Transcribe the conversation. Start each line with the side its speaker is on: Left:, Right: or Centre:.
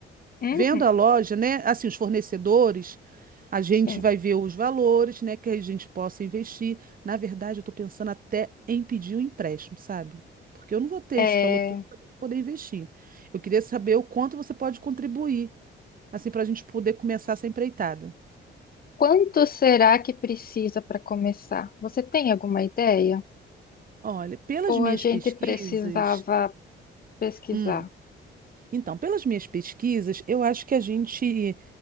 Left: Uhum.
Right: Vendo a loja, né? Assim, os fornecedores, a gente
Left: Sim.
Right: vai ver os valores, né? Que a gente possa investir. Na verdade, eu estou pensando até em pedir um empréstimo, sabe? Porque eu não vou ter
Left: É,
Right: esse valor todo para poder investir. Eu queria saber o quanto você pode contribuir, assim, para a gente poder começar essa empreitada.
Left: quanto será que precisa para começar? Você tem alguma ideia?
Right: Olha, pelas
Left: Ou
Right: minhas
Left: a gente
Right: pesquisas.
Left: precisava pesquisar?
Right: Hum, então, pelas minhas pesquisas, eu acho que a gente,